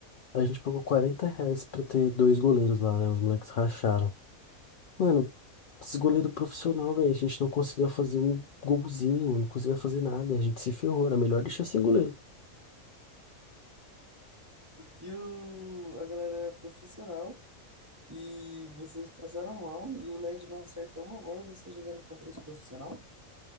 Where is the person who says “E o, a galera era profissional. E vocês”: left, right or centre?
Right